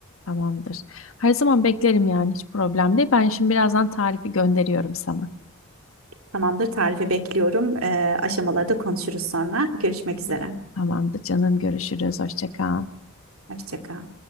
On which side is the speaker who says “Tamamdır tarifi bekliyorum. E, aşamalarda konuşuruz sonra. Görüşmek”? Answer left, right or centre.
Right